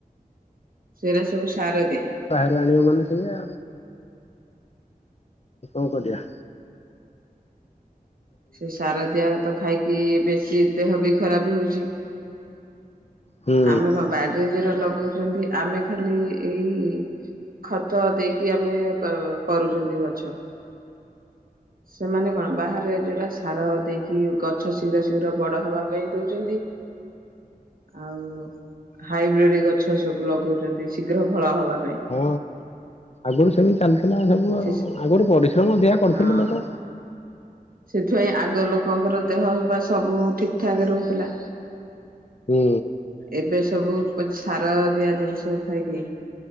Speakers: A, on the right (about 70°); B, on the left (about 45°).
A: ସେର ସବୁ ସାର ଦିଆ।
B: ବାହାରୁ ଆଣିବ ମାନେ ସେୟା କଣ କରିବ।
A: ସେ ସାର ଦିଆ ତ ଖାଇକି। କି ବେଶି ଦେହ ବି ଖରାପ ହଉଛି।
B: ହୁଁ
A: ଆମେ କଣ ବାଇରେ ଯେ ଲଗଉଛନ୍ତି ଆମେ ଖାଲି ଏଇ ଖତ ଦେଇକି ଆମେ କର କରୁଛନ୍ତି ଗଛ ସେମାନେ କଣ ବାହାରେ ପା ସାର ଦେଇକି ଗଛ ଶୀଘ୍ର ଶୀଘ୍ର ବଡ ହବା ପାଇଁ ଦଉଛନ୍ତି ଆଉ ହାଇବ୍ରିଡ ଗଛ ସବୁ ଲଗଉଛନ୍ତି ଶୀଘ୍ର ଫଳ ହବା ପା
B: ହଁ ଆଗରୁ ସେମିତି ଚାଲିଥିଲା ସବୁ ଆଉ
A: ସେ
B: ଆଗରୁ ପରିଶ୍ରମ ଅଧିକା କରୁଥିଲେ
A: ହଁ
B: ଲୋକ।
A: ସେଥିପାଇଁ ଆଗ ଲୋକଙ୍କର ଦେହ ପା ସବୁ ଠିକ ଠାକ ରହୁଥିଲା।
B: ହୁଁ
A: ଏବେ ସବୁ <unintelligible> ସାର ଦିଆ ଜିନିଷ ଖାଇକି